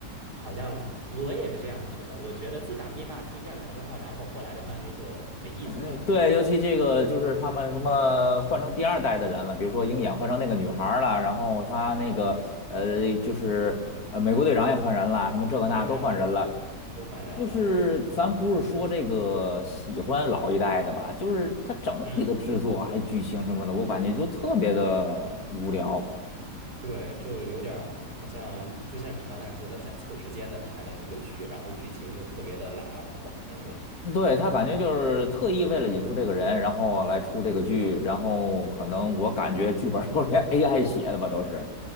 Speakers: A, on the right; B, on the left.
A: 好像我也是这样觉得。我觉得自打灭霸出现了之后，然后后来的漫威就没意思了。
B: 嗯，对，尤其这个就是他们什么换成第二代的人了，比如说鹰眼换成那个女孩儿了，
A: 对，
B: 然后他那个呃，
A: 是的，
B: 就是呃，美国队长也换人了，什么这个那都换人了。
A: 换人了，后面都换人了。
B: 就是咱不是说这个喜欢老一代的吧，就是它整体的制作还剧情什么的，
A: 嗯，
B: 我感觉就特别的无聊。
A: 对，就有点儿好像，就像你刚才说的，在凑时间的拍了一个剧，然后剧情又特别的拉垮那种。
B: 对，他感觉就是特意为了引出这个人，然后来出这个剧，
A: 是的，
B: 然后可能我感觉剧本儿都连 AI 写的吧，都是